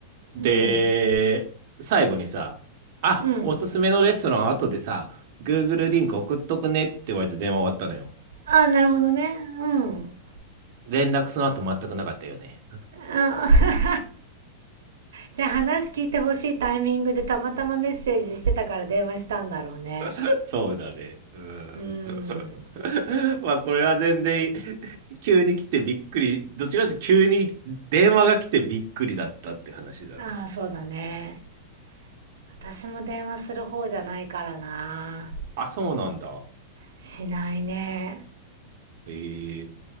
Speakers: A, on the right (about 50°); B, on the right (about 85°).
A: で、
B: うん。
A: 最後にさ、あ、
B: うん。
A: おすすめのレストラン後でさ、Google リンク送っとくねって言われて電話終わったのよ。
B: ああー、なるほどね。うん。
A: 連絡その後全くなかったよね。
B: あ、<laughs> じゃあ話聞いてほしいタイミングでたまたまメッセージしてたから電話したんだろうね。
A: <laughs> そうだね。うん。
B: うん。
A: <laughs> まあこれは全然急に来てびっくり。どっちかというと急に電話が来てびっくりだったって話だね。
B: ああー、そうだね。私も電話する方じゃないからな。
A: あ、そうなんだ。
B: しないね。
A: ええ